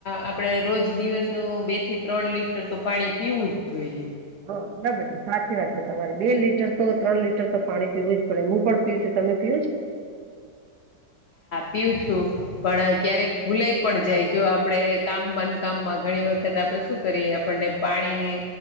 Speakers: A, on the left (about 70°); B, on the right (about 70°).
A: આપડણે રોજ દિવસનું બે થી ત્રણ લીટર તો પાણી પીવું જ જોઈએ.
B: હા બરાબર છે સાચી વાત છે તમારે બે લીટર તો ત્રણ લીટર તો પાણી પીવું જ પડે હું પણ પીવ છું તમે પીવું જ છું, તમે પીવો છો? <inaudible>
A: પીવુ છું, પણ ક્યારેક ભુલાઈ પણ જાય જો આપડે કામ માં ને કામમાં ઘણી વખત આપડે શું કરી આપણને પાણીની